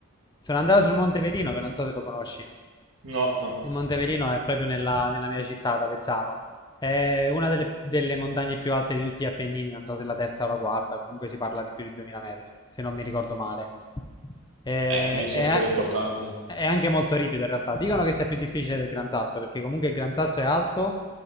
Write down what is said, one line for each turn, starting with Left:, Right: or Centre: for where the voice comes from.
Left: Sono andato sul Monte Verino che non so se lo conosci.
Right: no, no,
Left: Il Monte Verino è proprio nella, nella mia città, ad Avezzano. È una delle, delle montagne più alte di tutti gli Appennini, non so se la terza o la quarta, comunque si parla di più di 2000 metri, se non mi ricordo male. Eh,
Right: eh, comincia
Left: è,
Right: a essere importante.
Left: è anche molto ripido in realtà. Dicono che sia più difficile del Gran Sasso, perché comunque il Gran Sasso è alto,